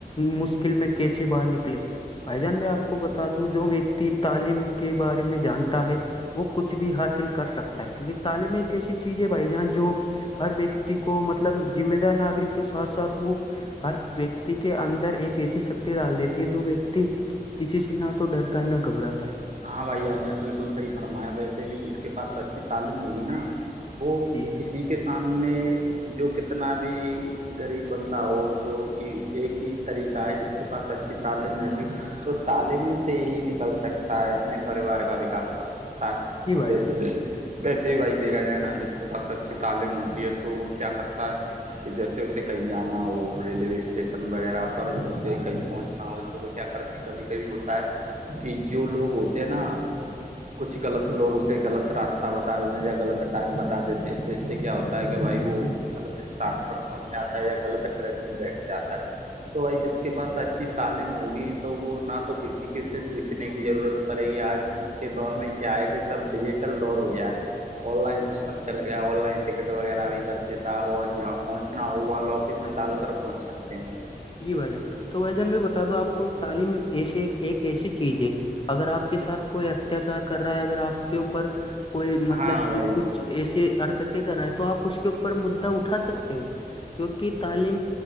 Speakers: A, on the left (about 30°); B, on the right (about 45°).
A: مشکل میں کیسے باہر نکلے بھائی جان میں آپ کو بتا دوں جو ویکتی تعلیم کے بارے میں جانتا ہے وہ کچھ بھی حاصل کر سکتا ہے کیونکہ تعلیم ایک ایسی چیز ہے بھائی جان جو ہر ویکتی کو مطلب ذمہ دار ناگرک کے ساتھ ساتھ وہ ہر ویکتی کے اندر ایک ایسی شکتی ڈال دیتی ہے جو ویکتی کسی سے نہ تو ڈرتا ہے نہ گھبراتا ہے
B: ہاں بھائی آپ نے بالکل صحیح فرمایا ویسے بھی جس کے پاس اچھی تعلیم ہوگی نا وہ
A: جی
B: کسی کے سامنے جو کتنا بھی غریب بندہ ہو جو کہ ایک ہی طریقہ ہے جس کے پاس اچھی تعلیم ہوگی تو تعلیمی سے ہی نکل سکتے ستا ہے اپنے پریوار کا وکاس کر سکتا ہے
A: جی
B: اور
A: بھائی
B: ویسے
A: جان
B: ویسے ہی بھائی دیکھا جائے نا جس کے پاس اچھی تعلیم ہوتی ہے تو وہ کیا کرتا ہے کہ جیسے اسے کہیں جانا ہو ریلوے اسٹیشن وغیرہ پر اسے کہیں پہنچنا ہو تو وہ کیا کرتے ہیں کبھی کبھی ہوتا ہے کہ جو لوگ ہوتے ہیں نا کچھ غط لوگ اسے غلط راستہ بتا دیتے یا غلط ٹائم بتا دیتے ہیں تو اس سے کیا ہوتا ہے کہ بھائی وہ غلط استھان پر پہنچ جاتا ہے یا غلط ٹرین میں بیٹھ جاتا ہے
A: <inaudible>
B: تو بھائی جس کے پاس اچھی تعلیم ہوگی تو وہ نہ تو کسی کے سے پچھ پوچنے کی ضرورت پڑے گی آج کے دور میں کیا ہے کہ سب ڈیجیٹل دور ہو گیا ہے آن لائن سسٹم چلے گیا آن لائن ٹکٹ وغیرہ بھی کرتے تھا اور جہاں پہنچنا ہو وہاں لوگ لوکیشن ڈال کر پہنچ سکتے ہیں
A: جی بھائی جان تو بھائی جان بھی بتا دو آپ کو تعلیم ایسے ایک ایسی چیز ہے اگر آپ کے ساتھ کوئی اتیاچار کر رہا ہے اگر آپ کے اوپر کوئی مطلب
B: ہاں بھائی
A: کہ کچھ ایسی حرکتیں کر دیا ہے تو آپ اس کے اوپر مدا اٹھا سکتے ہو کیونکہ تعلیم